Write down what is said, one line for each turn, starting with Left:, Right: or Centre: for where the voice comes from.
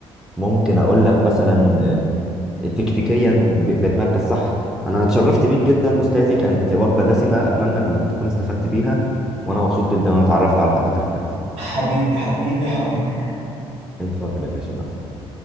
Centre: ممكن اقول لك مثلا تكتيكيا ب- بتمركز صح انا اتشرفت بيك جدا استاذي كانت وجبه دسمه اتمنى انك تكون استفدت بيها وانا مبسوط جدا ان انا اتعرفت على حضرتك يا كابتن
Right: حبيبي حبيبي حبيبي
Centre: اتفضل يا باشا مع السلامه